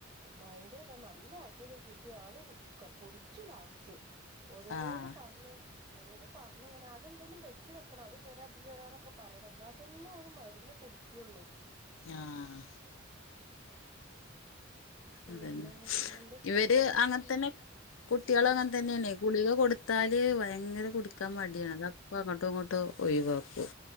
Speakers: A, on the right; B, on the left.
A: ഭയങ്കരതാ നല്ല അടിയൊക്കെ കിട്ടി ആള് കുടിച്ചു ലാസ് ച്ച്. ഓരോന്ന്
B: ആഹ്
A: പർണ് ഓരോന്ന് പറഞ്ഞ് ങ്ങനെ. ആദ്യന്തേലും ബെറ്റ് വെക്കണം അത് തരാ ഇത് തരാന്നൊക്കെ പറയണം ന്നാ തന്നെ ഓന് മര് ന്ന് കുടിക്ക്യൊള്ളൂ
B: ആഹാ
A: പിന്നെ
B: അതന്നെ
A: എന്നിട്ട് എന്താ സ്പെഷ്യൽ
B: ഇവര്
A: ഉണ്ടാക്കി
B: അങ്ങൻതന്നെ കുട്ട്യേള്
A: ഉം
B: അങ്ങൻ തന്നെണെയ് ഗുളിക കൊട്ത്താല് ഭയങ്കര കുടിക്കാം മടിയാണ് അതപ്പങ്ങട്ടുങ്ങട്ടും ഒഴിവാക്കും